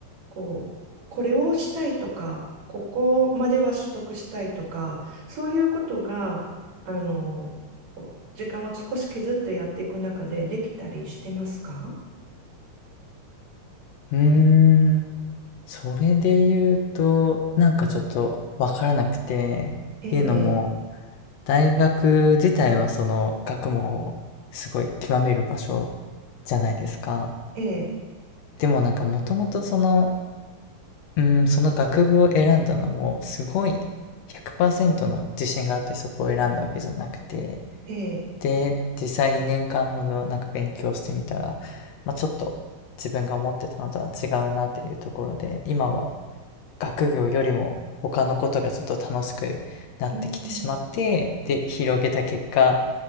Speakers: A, on the right (about 55°); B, on the left (about 65°).
A: こう、これをしたいとか、ここまでは取得したいとか、そういうことが、あの、こう時間を少し削ってやっていく中でできたりしてますか
B: うーん、それで言うと、なんかちょっとわからなくて、
A: ええ、
B: っていうのも、大学自体はその学問をすごい極める場所じゃないですか。
A: ええ、
B: でもなんかもともとその、うん、その学部を選んだのもすごい100%の自信があってそこを選んだわけじゃなくて、
A: ええ、ええ、
B: で、実際に年間ほどなんか勉強してみたら、まあ、ちょっと自分が思ってたのとは違うなっていうところで、今は学業よりも他のことがちょっと楽しくなってきてしまって、
A: うん、
B: で、広げた結果、